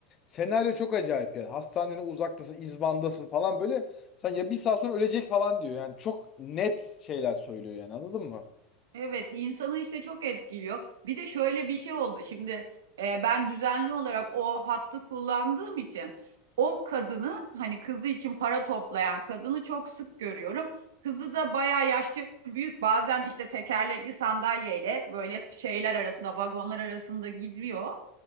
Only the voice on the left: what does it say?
senaryo çok acayip yani. Hastanenin uzaktasın, izbandasın falan böyle sen ya bir saat sonra ölecek falan diyor. Yani çok net şeyler söylüyor yani anladın mı?